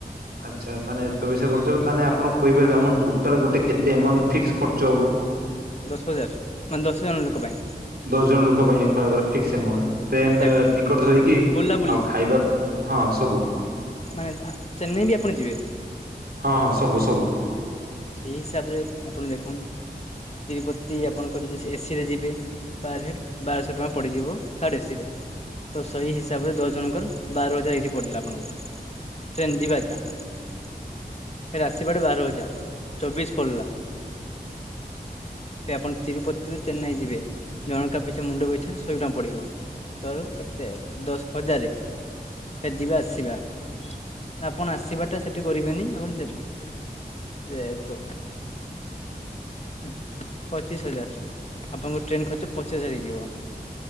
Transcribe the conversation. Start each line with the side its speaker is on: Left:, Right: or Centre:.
Right: ଆଚ୍ଛା ତାନେ ଏତେ ପଇସା ଖର୍ଚ୍ଚ ହବ ତାନେ ଆପଣ କହିପାରିବେ ଆମ ଟୋଟାଲ ଗୋଟେ କେତେ ଏମାଉଣ୍ଟ ଫିକ୍ସ ଖର୍ଚ୍ଚ ହବ।
Left: ଦଶ ହଜାର ମାନେ ଦଶ ଜଣ ଲୋକ ପାଇଁ
Right: ଦସ୍ ଜଣ ଲୋକ ପାଇଁ ଏକାବଳରେ ଫିକ୍ସ ଏମାଉଁଟ ଟ୍ରେନ
Left: ଦେଖନ୍ତୁ
Right: ଟିକଟ ଧରିକି
Left: ବୁଲାବୁଲି
Right: ଆଉ ଖାଇବା ହଁ ସବୁ।
Left: ମାନେ ଆ ଚେନ୍ନାଇ ବି ଆପଣ ଯିବେ?
Right: ହଁ ହଁ ସବୁ ସବୁ।
Left: ସେଇ ହିସାବରେ ଆପଣ ଦେଖନ୍ତୁ ତିରୁପତି ଆପଣଙ୍କ ଯଦି ଏସି ରେ ଯିବେ ପର୍ ହେଡ ବାରଶହ ଟଙ୍କା ପଡିଯିବ ଥାର୍ଡ ଏସି ରେ। ତ ସେହି ହିସାବରେ ଦଶ ଜଣଙ୍କର ବାର ହଜାର ଏଇଠି ପଡ଼ିଲା ଆପଣଙ୍କର। ଟ୍ରେନ ଯିବାଟା ଫେରେ ଆସିବାଟା ବାର ହଜାର। ଚବିଶ ପଡିଲା। ସେ ଆପଣ ତିରୁପତିରୁ ଚେନ୍ନାଇ ଯିବେ ଜଣକା ପିଛା ମୁଣ୍ଡ ପିଛା ସହେ ଟଙ୍କା ପଡ଼ିବ। ତୋର କେତେ ଦଶ ହଜାରେ? ଫେର୍ଜିବା ଆସିବା ନା ଆପଣ ଆସିବା ଟା ସେଠି କରିବେନି ଆପଣ <unintelligible> ଚବିଶ ଉମ୍ ପଚିଶ ହଜାର, ଆପଣଙ୍କ ଟ୍ରେନ ଖର୍ଚ୍ଚ ପଚିଶ ହଜାର ହେଇଯିବ।